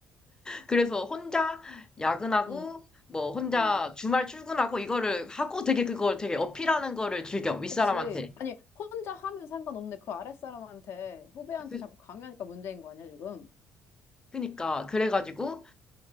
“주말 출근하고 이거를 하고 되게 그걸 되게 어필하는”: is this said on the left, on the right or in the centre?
Left